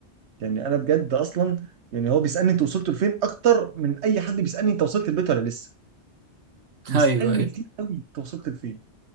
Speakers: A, on the right; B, on the right.
A: يعني انا بجد اصلا يعني هو بيسالني انت وصلت لفين اكتر من اي حد بيسالني انت وصلت البيت ولا لسه
B: <laughs>
A: بيسالني
B: ايوه ايوه
A: كتير قوي انت وصلت لفين